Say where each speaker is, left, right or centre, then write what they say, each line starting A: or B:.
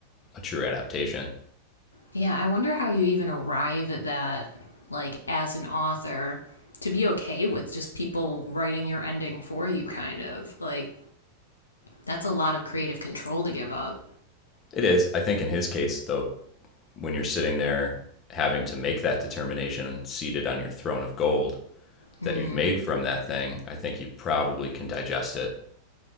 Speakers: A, on the left; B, on the left.
A: a true adaptation.
B: Yeah, I wonder how you even arrive at that, like, as an author, to be okay with just people writing your ending for you, kind of. Like, that's a lot of creative control to give up.
A: It is. I think in his case though when you're sitting there having to make that determination and seated on your throne of gold
B: Hmm,
A: that you've made from that thing, I think you probably can digest it